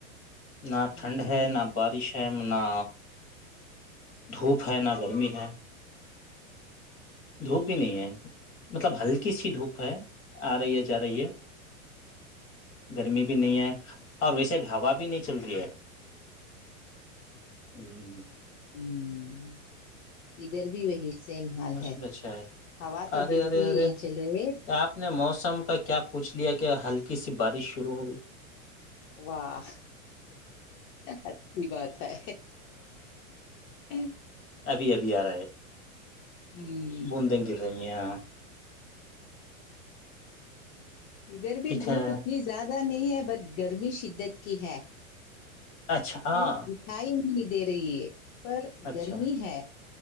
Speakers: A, on the left; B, on the left.
A: نہ
B: ہوں
A: ٹھنڈ
B: ہوں
A: ہے نہ بارش م نہ دھوپ ہے نہ گرمی ہے دھوپ بھی نہیں ہے مطلب ہلکی سی دھوپ ہے آ رہی ہے جا رہی ہے گرمی بھی نہیں ہے اور ویسے بھی ہوا بھی
B: اچھا
A: نہیں چل
B: اچھا
A: رہی ہے ہوں
B: ہ ادھر بھی وہی سیم حال
A: موسم
B: ہے
A: اچھا ہے
B: ہوا تو
A: ارے
B: بالکل
A: ارے
B: ہی
A: ارے
B: نہیں چل رہے
A: آپ نے موسم کا کیا پوچھ لیا کیا ہلکی سی بارش شروع ہو گئی
B: واہ اچھی بات ہے ہوں
A: ابھی ابھی آ رہا ہے
B: ہمم
A: بوندیں گر رہی ہیں ہاں
B: ادھر بھی
A: ٹھیک
B: دھوپ
A: ہے
B: اتنی زیادہ نہیں ہے بت گ گرمی شدت کی ہے
A: اچھا ہاں
B: دھوپ دکھائی نہیں دے رہی ہے پر
A: اچھا
B: گرمی ہے